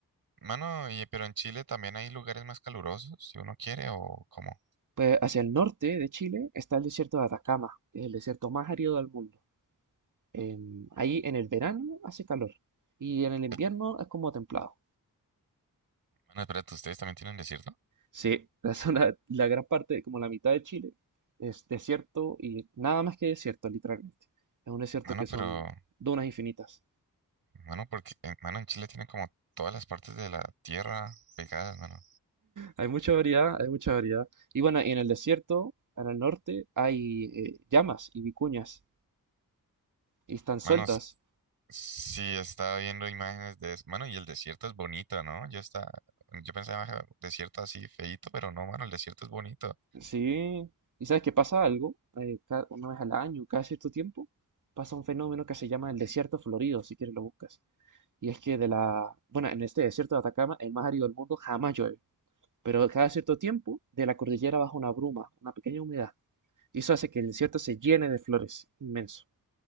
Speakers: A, on the right (about 70°); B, on the right (about 55°).
A: Mano, y, pero en Chile también hay lugares más calurosos, si uno quiere, o cómo.
B: Pues hacia el norte de Chile está el desierto de Atacama, que es el desierto más árido del mundo. Em, ahí en el verano hace calor y en el invierno
A: Eh,
B: es como templado.
A: Mano, espérate, ¿ustedes también tienen desierto?
B: Sí, <laughs> la zona, la gran parte, como la mitad de Chile, es desierto y nada más que desierto, literalmente. Es un desierto
A: Mano,
B: que
A: pero,
B: son dunas infinitas.
A: mano, porque, eh, mano, en Chile tienen como todas las partes de la tierra pegadas, mano.
B: Hay mucha variedad, hay mucha variedad. Y bueno, y en el desierto, en el norte, hay eh, llamas y vicuñas y están
A: Mano,
B: sueltas.
A: sí, sí estaba viendo imágenes de eso. Mano, y el desierto es bonito, ¿no? Yo está, yo pensaba "Ah, desierto así feíto, pero no, mano, el desierto es bonito.
B: Sí, y sabes que pasa algo, eh, ca- una vez al año, cada cierto tiempo, pasa un fenómeno que se llama el desierto florido, si quieres lo buscas. Y es que de la, bueno, en este desierto de Atacama, el más árido del mundo, jamás llueve. Pero cada cierto tiempo, de la cordillera baja una bruma, una pequeña humedad. Y eso hace que el desierto se llene de flores, inmenso.